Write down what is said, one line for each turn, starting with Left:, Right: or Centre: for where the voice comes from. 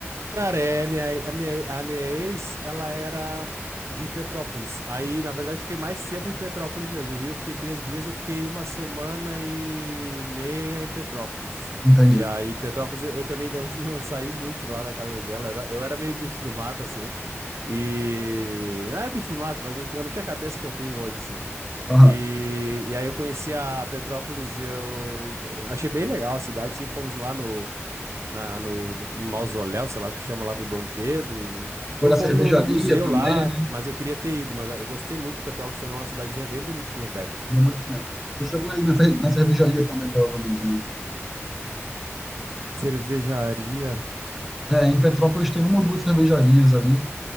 Right: Cara, é, minha, a minha, a minha ex, ela era de Petrópolis. Aí, na verdade, eu fiquei mais tempo em Petrópolis mesmo. O Rio eu fiquei três dias, eu fiquei uma semana e meia em Petrópolis.
Centre: Entendi.
Right: E aí, Petrópolis, eu, eu também não, <laughs> não saí muito lá da casa dela. Era- eu era meio bicho do mato, assim. E. Não era bicho do mato, mas não tinha- eu não tinha a cabeça que eu tenho hoje, assim.
Centre: Aham.
Right: E, e aí, eu conheci a Petrópolis, eu achei bem legal a cidade, sim, fomos lá no na, no, no mausoléu, sei lá o que chama lá do Dom Pedro.
Centre: Foi
Right: Não
Centre: na
Right: fomos
Centre: cervejaria
Right: no, no museu
Centre: também,
Right: lá,
Centre: né?
Right: mas eu queria ter ido, mas ah, eu gostei muito de Petrópolis também, é uma cidadezinha bem bonitinha, cara.
Centre: Deu muito mesmo. Você chegou aí na, fer- na cervejaria também, provavelmente, né?
Right: Cervejaria.
Centre: É, em Petrópolis tem uma ou duas cervejarias ali,